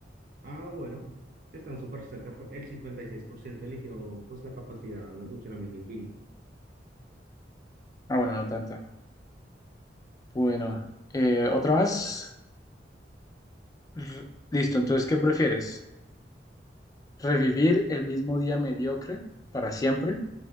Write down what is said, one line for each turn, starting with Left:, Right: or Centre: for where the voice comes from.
Right: Ah, bueno, están súper cerca. pues, El 56% eligió pues la capacidad de funcionamiento infinita.
Left: Ah, bueno, no tanta. Bueno, eh, otra más. R- Listo, entonces, ¿qué prefieres? ¿Revivir el mismo día mediocre para siempre